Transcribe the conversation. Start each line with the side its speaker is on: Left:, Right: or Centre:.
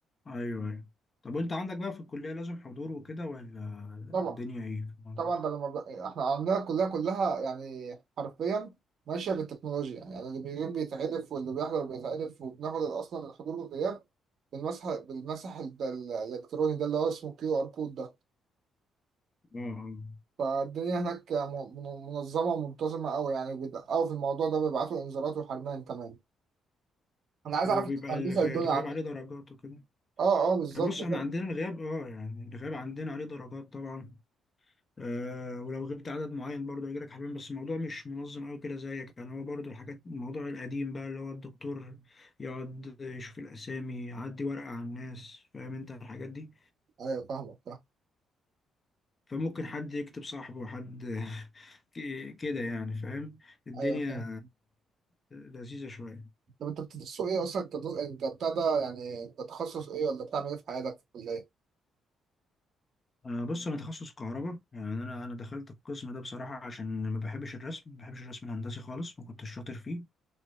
Left: ايوه ايوه طب وانت عندك بقى في الكلية لازم حضور وكده ولا
Right: طبعا
Left: الدنيا ايه في الموضوع
Right: طبعا
Left: ده؟
Right: ده لما ب- احنا عندنا كلها كلها يعني حرفيا ماشيه بالتكنولوجيا يعني اللي بيغيب بيتعرف واللي بيحضر بيتعرف وبناخد اصلا الحضور والغياب بالمسح بالمسح ال- ال- الالكتروني ده اللي هو اسمه كيو ار كود ده
Left: اه اه
Right: فالدنيا هناك م- من- منظمه ومنتظمه قوي يعني بيدققوا في الموضوع ده بيبعتوا انذارات وحرمان كمان انا عايز
Left: وبيبقى
Right: اعرف انت هندسه
Left: الغ-
Right: الدنيا
Left: الغياب
Right: عندك
Left: عليه درجات وكده
Right: اه اه بالظبط
Left: يعني بص
Right: ده.
Left: احنا عندنا الغياب اه يعني الغياب عندنا عليه درجات طبعا آه ولو غبت عدد معين برضه هيجيلك لك حبيبين بس الموضوع مش منظم قوي كده زيك يعني هو برضه الحاجات الموضوع القديم بقى اللي هو الدكتور يقعد يشوف الاسامي يعدي ورقة على الناس فاهم انت الحاجات دي
Right: ايوه فاهمك فاهم
Left: فممكن حد يكتب صاحبه حد <laughs> ك- كده يعني فاهم الدنيا
Right: ايوه فاهم
Left: لذيذة شوية
Right: طب انت بتدرسوا ايه اصلا انت انت بتاع ده يعني انت تخصص ايه ولا بتعمل ايه في حياتك في الكليه؟
Left: آه، بص انا تخصص كهرباء يعني انا انا دخلت القسم ده بصراحة عشان ما بحبش الرسم ما بحبش الرسم الهندسي خالص ما كنتش شاطر فيه